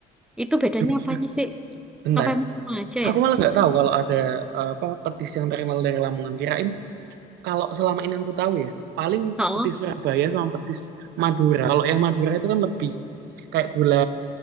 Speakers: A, in the centre; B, on the right.
A: Itu bedanya
B: jujur
A: apanya sih?
B: benar
A: Apa emang sama aja
B: aku
A: ya?
B: malah nggak tahu kalau ada eh, apa petis yang terkenal dari Lamongan kirain kalau selama ini yang aku tahu ya paling
A: Oh,
B: petis Surabaya sama petis Madura kalau yang Madura itu kan lebih kayak gula